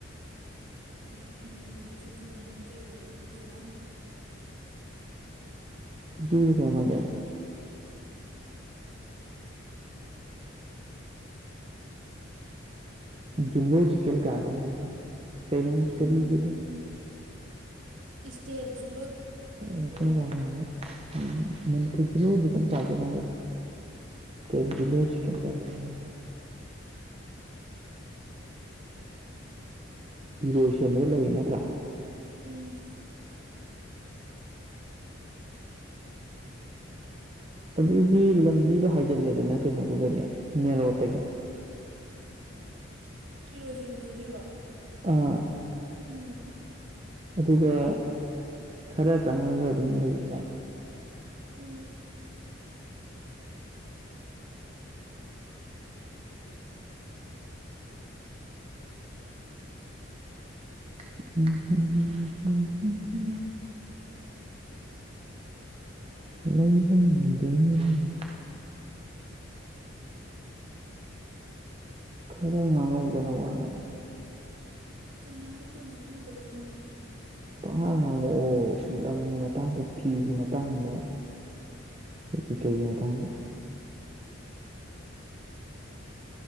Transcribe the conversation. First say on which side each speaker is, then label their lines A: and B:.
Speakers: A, on the right; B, on the right.
A: ꯀꯩꯅꯣ ꯃꯅꯤꯄꯨꯔꯒꯤ ꯖꯨꯗꯨꯒꯤ ꯃꯃꯤꯡ ꯀꯩ ꯀꯧꯕꯕꯨ ꯀꯩ ꯋꯥꯍꯪꯅꯣ
B: ꯖꯨ <unintelligible> ꯖꯨꯂꯣꯖꯤꯀꯦꯜ ꯒꯥꯔꯗꯦꯟ ꯍꯥꯏꯕ꯭ꯔ ꯀꯩꯅꯣꯝ ꯍꯥꯏꯗꯥꯏꯅꯦ ꯀꯩꯅꯣꯝ
A: ꯎꯝ
B: ꯀꯔꯤ
A: ꯎꯝ
B: <unintelligible>
A: state zoo
B: state zoological garden ꯍꯥꯏꯕ ꯎꯝ ꯃꯅꯤꯄꯨꯔ ꯖꯨꯂꯣꯖꯤꯀꯦꯜ ꯒꯥꯔꯗꯦꯟ ꯍꯥꯏꯕ꯭ꯔꯣ ꯇꯦꯠ ꯖꯨꯂꯣꯖꯤꯀꯦꯜ ꯒꯥꯔꯗꯦꯟ <unintelligible> ꯏꯔꯣꯏ ꯁꯦꯝꯕꯗ ꯂꯩꯔꯤ ꯅꯠꯇ꯭ꯔꯥ
A: <unintelligible> ꯎꯝ
B: ꯑꯗꯨꯒꯤ ꯂꯝꯕꯤꯗꯣ ꯍꯥꯏꯖꯜꯂꯦꯗꯅ ꯀꯩꯅꯣꯗꯨꯗꯒꯤ ꯃꯦꯟ ꯔꯣꯠꯇꯒꯤ
A: <unintelligible> ꯏꯔꯣꯏꯁꯦꯝꯕꯒꯤꯔꯣ
B: ꯑꯥ
A: ꯎꯝ
B: ꯑꯗꯨꯒ ꯈꯔ ꯆꯪꯉꯒ ꯑꯗꯨꯝ ꯂꯩꯔꯗꯥꯏꯅꯦ
A: ꯎꯝ
B: <unintelligible> <unintelligible> ꯈꯔ ꯉꯥꯡꯍꯧꯗꯅ ꯋꯥꯗꯣ
A: ꯀꯩꯩꯅ ꯉꯥꯡꯉꯛ ꯀꯩꯅꯣ ꯈꯪꯗꯕꯕꯩꯅꯦ
B: ꯄꯪꯉꯥꯡ ꯉꯥꯡꯉꯛꯑꯣ ꯂꯝꯒꯤ ꯃꯇꯥꯡꯗ ꯐꯤꯒꯤ ꯃꯇꯥꯡꯗ ꯑꯗꯨꯗꯤ ꯀꯩꯒꯤ ꯃꯇꯥꯡꯗ